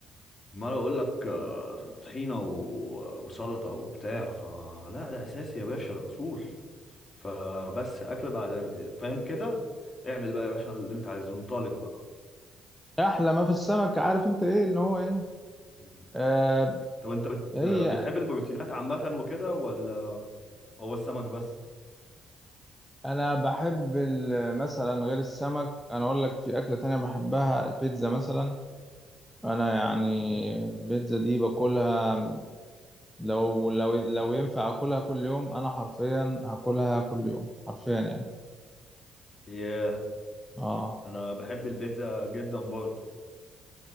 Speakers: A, on the left; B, in the centre.
A: ما أقول لك آه، طحينة و... وسلطة وبتاع فلا ده أساسي يا باشا ده أصول فبس أكل بعد فاهم كده اعمل بقى يا باشا اللي انت عايزه انطلق بقى
B: احلى ما في السمك عارف انت ايه ان هو ايه
A: مم.
B: آه
A: طب انت بت...
B: هي
A: بتحب البروتينات عامة وكده ولا هو السمك بس؟
B: انا بحب ال- مثلا غير السمك انا اقول لك في اكله تانية بحبها البيتزا مثلا انا يعني البيتزا دي باكلها لو لو لو ينفع اكلها كل يوم انا حرفيا هاكلها كل يوم حرفيا يعني
A: ياه
B: اه
A: انا بحب البيتزا جدا برضو